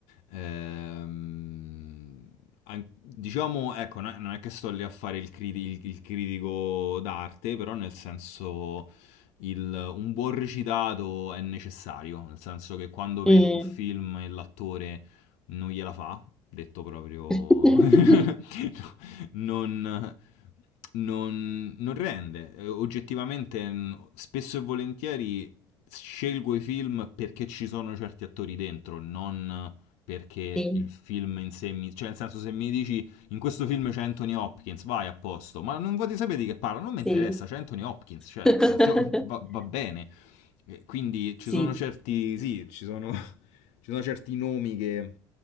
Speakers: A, on the left; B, in the centre.
A: ehm, an- diciamo, ecco, non è non è che sto lì a fare il, criti- il- il critico d'arte, però nel senso, il- un buon recitato è necessario, nel senso che quando vedo
B: Mm.
A: un film e l'attore non gliela fa, detto proprio,
B: <laughs>
A: <laughs> non, non- non rende. Eh, Oggettivamente, n- spesso e volentieri scelgo i film perché ci sono certi attori dentro, non perché
B: Sì,
A: il film in sé mi... Cioè, nel senso, se mi dici in questo film c'è Anthony Hopkins, vai a posto, ma non voglio sapere di che parla, non mi interessa,
B: sì.
A: c'è Anthony Hopkins, cioè,
B: <laughs>
A: nel senso, va, va bene. Eh, Quindi ci
B: Sì.
A: sono certi, sì, ci sono, <laughs> ci sono certi nomi che